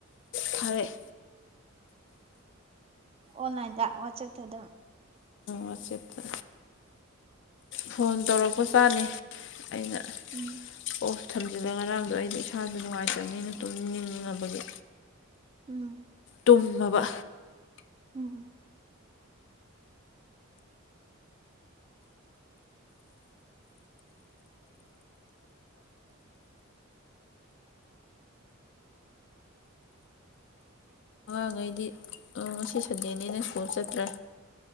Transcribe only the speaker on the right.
ꯑꯣꯟꯂꯥꯏꯟꯗ ꯋꯥꯠꯁꯑꯞ ꯇ ꯑꯗꯨꯝ
ꯎꯝ
ꯎꯝ
ꯎꯝ ꯎꯝ